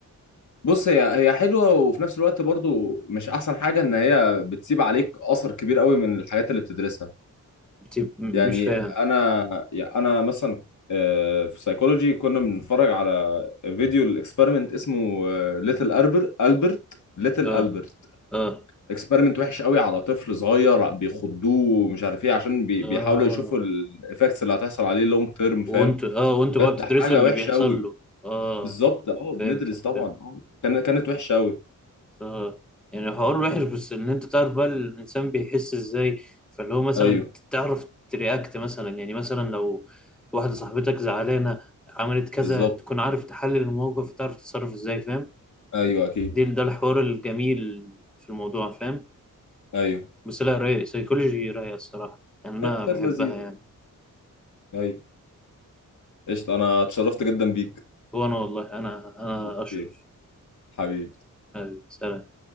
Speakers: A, on the left; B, in the centre.
A: بص هي هي حلوه وفي نفس الوقت برضو مش احسن حاجه ان هي بتسيب عليك اثر كبير قوي من الحاجات اللي بتدرسها
B: بتبقى م-
A: يعني
B: مش فاهم
A: انا يعني انا مثلا آه، في سايكولوجي كنا بنتفرج على فيديو الاكسبيرمنت اسمه ليتل البرت البرت ليتل
B: اه
A: البرت
B: اه
A: اكسبيرمنت وحش قوي على طفل صغير بيخضوه ومش عارف ايه عشان بي-
B: اه
A: بيحاولوا يشوفوا الايفكتس اللي هتحصل عليه لونج تيرم فاهم
B: وانتوا اه وانتوا
A: بجد
B: بقى بتدرسوا
A: حاجه
B: اللي
A: وحشه
B: بيحصل
A: قوي
B: له اه
A: بالظبط اه بندرس
B: فهمتك
A: طبعا
B: فهمت
A: اه كانت كانت وحشه قوي
B: اه يعني حوار وحش بس ان انت تعرف بقى الانسان بيحس ازاي فاللي هو مثلا
A: ايوه
B: تعرف ترياكت مثلا يعني مثلا لو واحدة صاحبتك زعلانة عملت كذا
A: بالظبط
B: تكون عارف تحلل الموقف وتعرف تتصرف ازاي فاهم
A: ايوه اكيد
B: دي ده الحوار الجميل في الموضوع فاهم
A: ايوه
B: بس لا رايق سيكولوجي رايقة الصراحة يعني أنا
A: كانت كانت
B: بحبها
A: لذيذه
B: يعني
A: ايوه قشطه انا اتشرفت جدا بيك
B: هو أنا والله أنا أنا
A: اوكي
B: أشرف
A: حبيبي
B: حبيبي، سلام